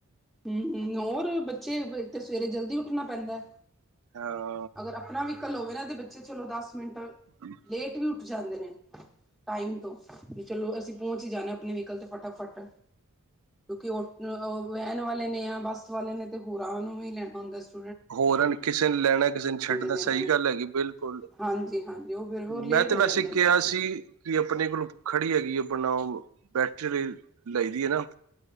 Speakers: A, in the centre; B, on the right.
A: ਹੂੰ-ਹੂੰ, ਹੋਰ ਬੱਚੇ ਤੇ ਸਵੇਰੇ ਜਲਦੀ ਉੱਠਣਾ ਪੈਂਦਾ।
B: ਹਾਂ।
A: ਅਗਰ ਆਪਣਾ ਵ੍ਹੀਕਲ ਹੋਵੇ ਨਾ ਤੇ ਬੱਚੇ ਚਲੋ ਦਸ ਮਿੰਟ
B: <inaudible>
A: ਲੇਟ ਵੀ ਉੱਠ ਜਾਂਦੇ ਨੇ, ਟਾਈਮ ਤੋਂ, ਵੀ ਚਲੋ ਅਸੀਂ ਪਹੁੰਚ ਹੀ ਜਾਣਾ, ਆਪਣੇ ਵ੍ਹੀਕਲ ਤੇ ਫਟਾਫਟ। ਕਿਉਂਕਿ ਆਟੋ ਵੈਨ ਵਾਲੇ ਨੇ ਜਾਂ ਬੱਸ ਵਾਲੇ ਨੇ ਤੇ ਹੋਰਾਂ ਨੂੰ ਵੀ ਲੈਣਾ ਹੁੰਦਾ, ਸਵੇ
B: ਹੋਰਾਂ ਨ ਕਿਸੇ ਨ ਲੈਣਾ, ਕਿਸੇ ਨ ਛੱਡਣਾ।
A: ਨੇ
B: ਸਹੀ ਗੱਲ ਹੈਗੀ ਬਿਲਕੁਲ।
A: ਹਾਂਜੀ ਹਾਂਜੀ ਉਹ ਫਿਰ ਹੋਰ ਲੇਟ
B: ਮੈਂ ਤੇ
A: ਹੋ
B: ਵੈਸੇ
A: ਜਾਂਦੇ
B: ਕੇਆ
A: ਨੇ ਬੱਚੇ
B: ਸੀ ਕਿ ਆਪਣੇ ਕੋਲੋਂ ਖੜੀ ਹੈਗੀ ਏ, ਆਪਣਾ ਅ ਬੈਟਰੀ ਆਲ਼ੀ ਲਾਈ ਦੀ ਏ ਨਾ।